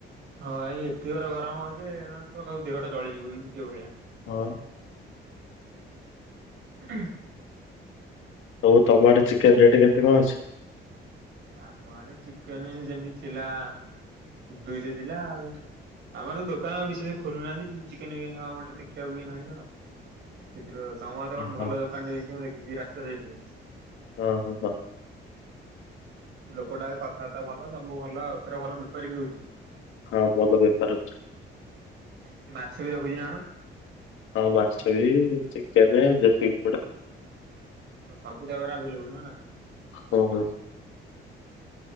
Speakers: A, on the right; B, on the left.
A: ହଁ ଏଇ ଏତେ ର ଗରମ ହଉ ଯେ ମାନେ ପୁ ଦେହଟା ଜଳିଯିବ ପୁ ଏ ଭଳିଆ।
B: ହଁ ପା।
A: <inaudible>
B: ହଉ ତମଆଡେ ଚିକେନ ରେଟ୍ କେତେ କଣ ଅଛି?
A: ଆମ ଆଡେ ଚିକେନ ସେମିତି ଥିଲା ଦୁଇଶହ ଥିଲା ଆଉ। ଆମର ତ ଦୋକାନ ଆଉ ବିଶେଷ ଖୋଲୁନାହାନ୍ତି, ଚିକେନ ବିକେ ଆରେ ଖିଆ ବିି ନାହିଁ ନା। ସେଥି ତମର ତ
B: ହଁ
A: କଣ ଭଲ
B: ହଁ
A: ଦୋକାନ ରେ ଯାଇଛି ମୁଁ ଦେଖିଛି ରାସ୍ତା ସାଇଟ୍ ରେ।
B: ହଁ ହଁ ହଁ।
A: ଲୋକଟା କଥାବାର୍ତ୍ତା ଭଲ ସବୁ ଭଲ ଆଉ ଥରେ ଭଲ ବେପାର ବି ହଉଚି।
B: ହଁ ଭଲ ବେପାର ହଉଚି।
A: ସେ ମାଛ ବି ରଖୁଛି ନା ଆଣ?
B: ହଁ ମାଛ ବି ଚିକେନେ ଦେଶୀ କୁକୁଡ଼ା।
A: ସବୁ ତାଖରେ ଆଭେଲେବଲ ନୁହେ ନା।
B: ହଁ। ହଁ।